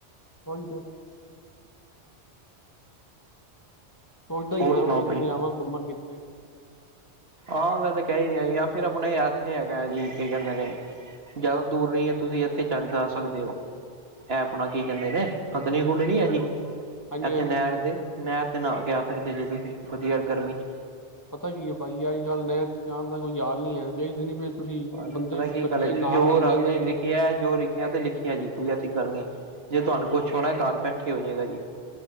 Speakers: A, on the left; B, on the right.
A: ਉਹੀ ਤੇ। ਸੋਚਦਾ ਹੀ
B: ਹੋਰ
A: ਪਿਆ
B: ਸੁਣਾਓ
A: ਹਾਂ, ਮੈਂ
B: ਭਾਜੀ
A: ਜਾਵਾਂ ਘੁੰਮਣ ਕਿੱਥੇ?
B: ਆਂ ਮੈਂ ਤੇ ਕਹਿ ਹੀ ਰਿਹਾ ਜੀ ਫਿਰ ਆਪਣੇ ਯਾਰ ਇੱਥੇ ਹੈਗਾਜੀ ਕੀ ਕਹਿੰਦੇ ਨੇ ਜਿਆਦਾ ਦੂਰ ਨਹੀਂ ਹੈ ਤੁਸੀਂ ਇੱਥੇ ਚੱਲ ਜਾ ਸਕਦੇ ਹੋ। ਐ ਆਪਣਾ ਕੀ ਕਹਿੰਦੇ ਨੇ ਹੱਥਨੀ ਘੁੰਡ ਨਹੀਂ ਹੈ ਜੀ।
A: ਹਾਂਜੀ
B: ਇੱਥੇ
A: ਹਾਂਜੀ
B: ਨਹਿਰ ਤੇ ਨਹਿਰ ਤੇ ਨਾਹ ਕੇ ਆ ਸਕਦੇ, ਜੇ ਤੁਸੀਂ ਵਧੀਆ ਗਰਮੀ 'ਚ।
A: ਪਤਾ ਕੀ ਹੈ, ਭਾਜੀ ਅੱਜ, ਕੱਲ੍ਹ ਨਹਿਰ 'ਚ ਜਾਣ ਦਾ ਕੋਈ ਹਾਲ ਨਹੀਂ ਹੈ ਵੇਖਦੇ ਨੀ ਪਏ। ਤੁਸੀਂ
B: ਭਾਜੀ
A: ਬੰਦੇ
B: ਪਤਾ ਕੀ
A: ਬੱਚੇ
B: ਗੱਲ ਏ,
A: ਨਾਲ
B: ਜੋ
A: ਲੰਘ
B: ਰਬ
A: ਜਾਂਦੇ
B: ਨੇ ਲਿਖਿਆ ਜੋ ਲਿਖਿਆ ਤੇ ਲਿਖਿਆ। ਜੀ ਹਾਜੀਂ ਕੋਈ ਐਸੀ ਗੱਲ ਨੀ ਹੈਗੀ, ਜੇ ਤੁਹਾਨੂੰ ਕੁੱਛ ਹੋਣਾ ਘਰ ਬੈਠੇ ਹੋ ਜਾਏਗਾ ਜੀ।